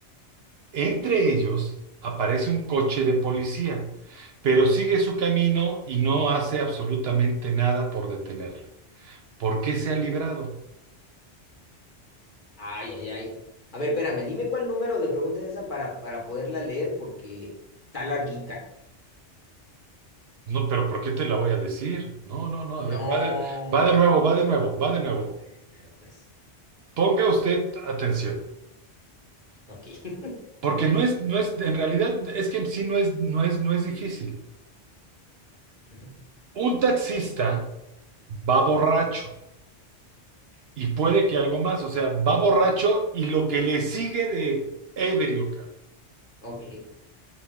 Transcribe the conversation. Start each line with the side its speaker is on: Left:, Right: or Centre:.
Right: Entre ellos aparece un coche de policía, pero sigue su camino y no hace absolutamente nada por detenerle. ¿Por qué se ha librado?
Left: Ay, ay, ay. A ver, espérame, dime cuál número de preguntas es esa para, para poderla leer porque está larguita.
Right: No, pero ¿por qué te la voy a decir? No, no, no,
Left: No.
Right: a ver, va de, va de nuevo, va de nuevo, va de nuevo.
Left: Ah, bueno, mira, pues.
Right: Ponga usted atención,
Left: Ok. <laughs>
Right: porque no es, no es, en realidad es que en sí no es, no es, no es difícil.
Left: Ujú.
Right: Un taxista va borracho y puede que algo más, o sea, va borracho y lo que le sigue de ebrio, cabrón,
Left: Ok.